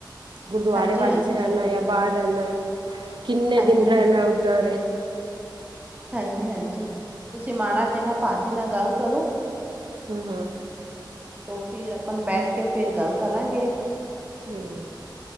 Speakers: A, on the right; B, on the right.
A: ਗੁਰਦੁਆਰੇ
B: ਹਾਂਜੀ
A: ਵਾਲੀ
B: ਹਾਂਜੀ
A: ਚ ਰਹਿਣਾ
B: ਜ਼ਰੂਰ
A: ਜਾਂ
B: ਭੈਣ
A: ਬਾਹਰ
B: ਜੀ
A: ਰਹਿਣਾ ਕਿੰਨੇ
B: ਹਾਂਜੀ
A: ਦਿਨ ਰਹਿਣਾ ਉੱਧਰ।
B: ਹਾਂਜੀ-ਹਾਂਜੀ ਤੁਸੀਂ ਮਾੜਾ ਜਿਨਾ ਭਾ ਜੀ ਨਾਲ ਗੱਲ ਕਰੋ।
A: ਹਮ ਹਮ
B: ਤੋਂ ਫਿਰ ਆਪਨ ਬੈਠ ਕੇ ਫਿਰ ਗੱਲ ਕਰਾਂਗੇ।
A: ਹਮ